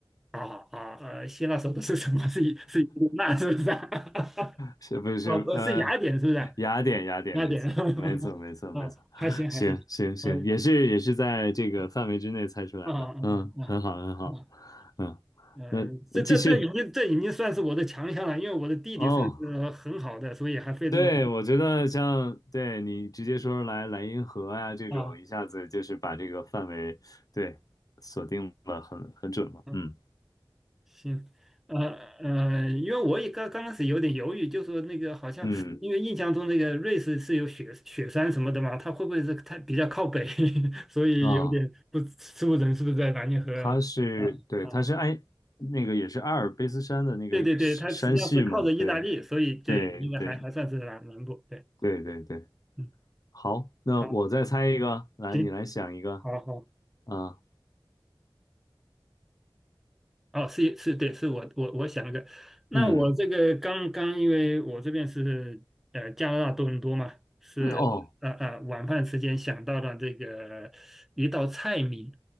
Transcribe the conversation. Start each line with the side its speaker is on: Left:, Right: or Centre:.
Centre: 啊啊呃，希腊首的是什么？<laughs> 是是伊利纳是不是？<laughs> 啊，
Left: 是不是呃
Centre: 不是雅典是不是？
Left: 雅典？雅典，
Centre: 雅典，
Left: 没错，没错，
Centre: <laughs>
Left: 没错，
Centre: 啊，
Left: 没错。
Centre: 还行还行，
Left: 行行行，
Centre: 可以
Left: 也是也是在这个范围之内猜出来的。
Centre: 啊啊啊啊啊，
Left: 嗯，很好，很好。嗯，
Centre: 呃，
Left: 那继续
Centre: 这这这已经这已经算是我的强项了，因为我的地理算是很好的，
Left: 哦。
Centre: 所以还费这么
Left: 对，我觉得像对你直接说来莱茵河啊这种，
Centre: <laughs> 啊。
Left: 一下子就是把这个范围对锁定了很很准了。
Centre: 啊
Left: 嗯
Centre: 行，呃呃，因为我也刚刚开始有点犹豫，就说那个好像，
Left: 嗯
Centre: 因为印象中那个瑞士是有雪雪山什么的嘛，它会不会是它比较靠北，<laughs> 所以有点不吃不准是不是在南极河里面啊啊？
Left: 啊，它是对，它是埃那个也是阿尔卑斯山的那个山山系嘛。
Centre: 对对对，它实际上是靠着意大利，
Left: 对
Centre: 所以对，
Left: 对对
Centre: 应该还还算是南南部。对，
Left: 对对对，
Centre: 嗯，
Left: 好，那我再猜一个，
Centre: 好，
Left: 来你来想一个
Centre: 行，好好。
Left: 啊，
Centre: 哦，是是，对，是我我我想的。那我这个刚刚，
Left: 嗯
Centre: 因为我这边是呃加拿大多伦多嘛，是呃呃晚饭时间想到了这个一道菜名
Left: 嗯哦